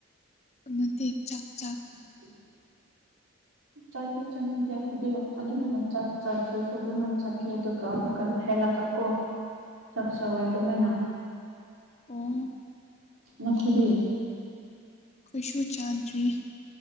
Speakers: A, on the left; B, on the right.
A: ꯑ ꯅꯠꯇꯦ ꯆꯥꯛ-ꯆꯥꯛ
B: <inaudible> ꯆꯥꯛꯇꯤ ꯆꯥꯅꯤꯡꯗꯦ ꯑꯈꯣꯏꯗꯤ ꯑꯗꯨꯃꯥꯏꯅ ꯆꯥꯛ ꯆꯥꯗ꯭ꯔꯁꯨ ꯑꯗꯨꯃꯥꯏꯅ ꯆꯠꯈꯤ ꯑꯗꯨꯞ ꯀꯃꯀꯜ ꯍꯦꯜꯂꯒꯀꯣ
A: <inaudible>
B: ꯆꯛ ꯁꯧꯋꯦ ꯑꯗꯨꯃꯥꯏꯅ
A: ꯎꯝ
B: ꯅꯈꯨꯗꯤ
A: ꯈꯣꯏꯁꯨ ꯆꯥꯗ꯭ꯔꯤꯌꯦ